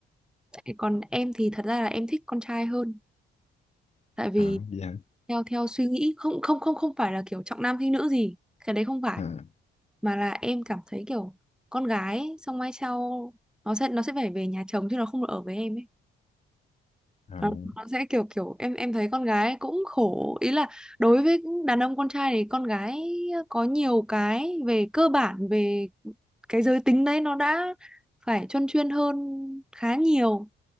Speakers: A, in the centre; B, on the left.
A: Tại Còn em thì thật ra là em thích con trai hơn, tại vì
B: à, vậy hả
A: theo theo suy nghĩ không không không không phải là kiểu trọng nam khinh nữ gì, cái đấy không phải,
B: à,
A: mà là em cảm thấy kiểu con gái xong mai sau nó sẽ nó sẽ phải về nhà chồng chứ nó không được ở với em ấy.
B: à,
A: Ờ, nó sẽ kiểu kiểu em em thấy con gái cũng khổ ý là đối với đàn ông con trai thì con gái có nhiều cái về cơ bản về cái giới tính đấy nó đã phải chuyên chuyên hơn khá nhiều